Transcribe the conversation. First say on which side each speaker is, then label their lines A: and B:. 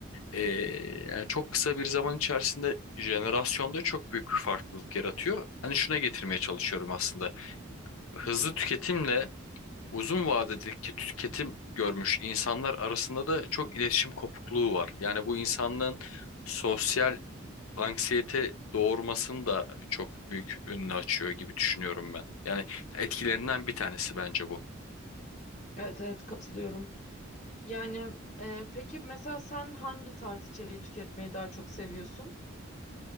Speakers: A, on the left; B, on the left.
A: Ee, yani çok kısa bir zaman içerisinde jenerasyonda çok büyük bir farklılık yaratıyor. Hani şuna getirmeye çalışıyorum aslında. Hızlı tüketimle Uzun vadedeki tüketim görmüş insanlar arasında da çok iletişim kopukluğu var. Yani bu insanlığın sosyal anksiyete doğurmasını da çok büyük önünü açıyor gibi düşünüyorum ben. Yani etkilerinden bir tanesi bence bu.
B: Evet evet katılıyorum. Yani e, peki mesela sen hangi tarz içeriği tüketmeyi daha çok seviyorsun?